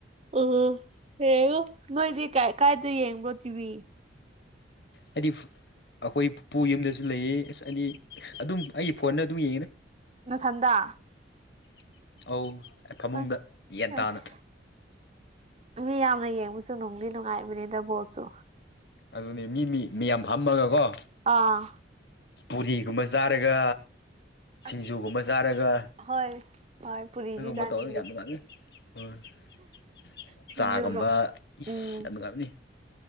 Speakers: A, on the right; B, on the left.
A: ꯑꯣ ꯌꯦꯡꯉꯨ ꯅꯣꯏꯗꯤ ꯀꯥꯏꯗ ꯌꯦꯡꯕ꯭ꯔꯣ ꯇꯤꯚꯤ
B: ꯑꯩꯗꯤ ꯑꯩꯈꯣꯏ ꯄꯨꯄꯨ ꯌꯨꯝꯗꯁꯨ ꯂꯩꯌꯦ ꯑꯁ ꯑꯅꯤ ꯑꯗꯨꯝ ꯑꯩꯒꯤ ꯐꯣꯟꯅ ꯑꯗꯨꯝ ꯌꯦꯡꯉꯤꯅ
A: ꯅꯊꯟꯗ
B: <inaudible> ꯑꯧ ꯐꯃꯨꯡꯗ
A: ꯑꯁ
B: ꯌꯦꯟꯇꯥꯥꯅ
A: ꯑꯁ ꯃꯤ ꯌꯥꯝꯅ ꯌꯦꯡꯕꯁꯨ ꯅꯨꯡꯗꯤ ꯅꯨꯡꯉꯥꯏꯕꯅꯤꯗ ꯕꯣꯜꯁꯨ
B: ꯑꯗꯨꯅꯤ ꯃꯤ ꯃꯤ ꯃꯤꯌꯥꯝ ꯐꯝꯃꯒꯀꯣ
A: ꯑꯥ
B: ꯄꯨꯔꯤꯒꯨꯝꯕ ꯆꯥꯔꯒ ꯁꯤꯡꯖꯨꯒꯨꯝꯕ
A: ꯑꯁ
B: ꯆꯥꯔꯒ
A: ꯍꯣꯏ <unintelligible>
B: ꯑꯗꯨꯒꯨꯝꯕ
A: ꯆꯥꯅꯤꯡꯗꯦ
B: ꯇꯧꯔ ꯌꯥꯝꯅ ꯅꯨꯡꯉꯥꯏꯕꯅꯦ ꯍꯣꯏ
A: ꯁꯤꯡꯖꯨꯒ
B: ꯆꯥꯒꯨꯝꯕ ꯏꯁ
A: ꯎꯝ
B: ꯌꯥꯝ ꯅꯨꯡꯉꯥꯏꯕꯅꯤ